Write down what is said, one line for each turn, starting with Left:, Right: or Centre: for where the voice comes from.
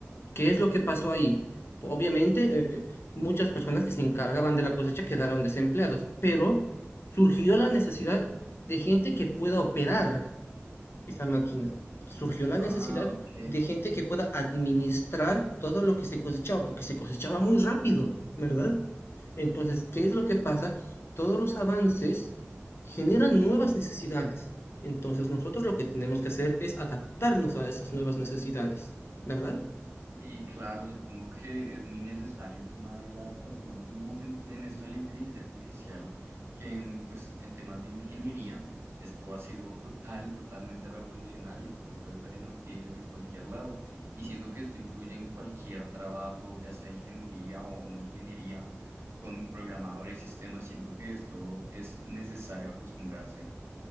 Left: ¿Qué
Right: Sí.
Left: es lo que pasó ahí? Obviamente, eh, eh, muchas personas que se encargaban de la cosecha quedaron desempleados, pero surgió la necesidad de gente que pueda operar esa máquina. Surgió la
Right: Ah,
Left: necesidad
Right: ok.
Left: de gente que pueda administrar todo lo que se cosechaba, porque se cosechaba muy rápido, ¿verdad? Entonces, ¿qué es lo que pasa? Todos los avances generan nuevas necesidades. Entonces, nosotros lo que tenemos que hacer es adaptarnos a esas nuevas necesidades, ¿verdad?
Right: Y claro, supongo que es muy necesario el tema de la adaptación y más en, en esto de la inteligencia artificial que en, pues, en temas de ingeniería, esto ha sido total, totalmente revolucionario. Tú lo puedes ver en noticias en cualquier lado y siento que esto influye en cualquier trabajo, ya sea ingeniería o no ingeniería, con programadores y sistemas. Siento que esto es necesario acostumbrarse.